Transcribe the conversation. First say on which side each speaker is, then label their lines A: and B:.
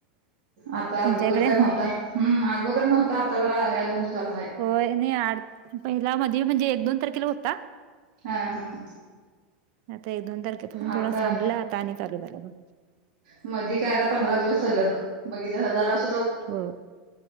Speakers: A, on the right (about 75°); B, on the right (about 55°).
A: आता
B: तुमच्या
A: अगोदर
B: इकडे
A: काय नव्हता हम् अगोदर नव्हता आता जरा या दोन दिवसात हाय
B: हो आणि आठ पहिला मधी म्हणजे एक दोन तारखेला होता
A: हा हा हा
B: आता एक दोन तारखे पुडून
A: आता
B: थोडा थांबलेला आता आणि चालू झाला बघ
A: मधी काय आता पंधरा दिवस सलग बघीतलासा जरा सु
B: हो